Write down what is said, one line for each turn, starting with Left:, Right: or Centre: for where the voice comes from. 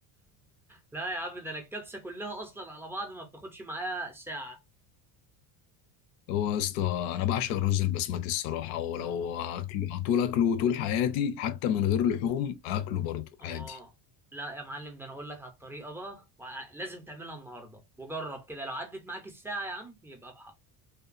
Centre: لا يا عم ده انا الكبسه كلها اصلا على بعض ما بتاخدش معايا ساعه
Left: هو يا اسطى انا بعشق الرز البسمتي الصراحه ولو
Centre: اه
Left: هاكل هطول اكله طول حياتي حتى من غير لحوم هاكله برضه
Centre: اه
Left: عادي
Centre: لا يا معلم ده انا اقول لك على الطريقه بقى وع- لازم تعملها النهارده وجرب كده لو عدت معاك الساعه يا عم يبقى بحق